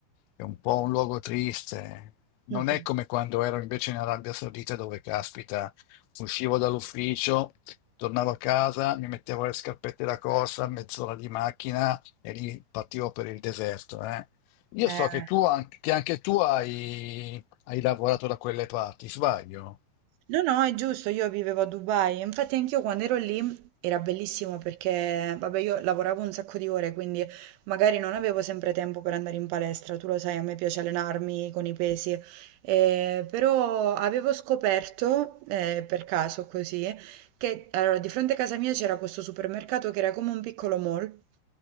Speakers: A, on the left; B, on the right.
A: è un po' un luogo triste. Non
B: <laughs>
A: è come quando ero invece in Arabia Saudita dove, caspita, uscivo dall'ufficio, tornavo a casa, mi mettevo le scarpette da corsa, mezz'ora di macchina e lì partivo per il deserto, eh. Io
B: Eh,
A: so che tu, an- che anche tu hai, hai lavorato da quelle parti, sbaglio?
B: No, no, è giusto, io vivevo a Dubai, infatti anch'io quando ero lì era bellissimo perché, vabbè, io lavoravo un sacco di ore, quindi magari non avevo sempre tempo per andare in palestra, tu lo sai, a me piace allenarmi con i pesi, eh, però avevo scoperto, eh, per caso così, che allora, di fronte a casa mia c'era questo supermercato che era come un piccolo mall.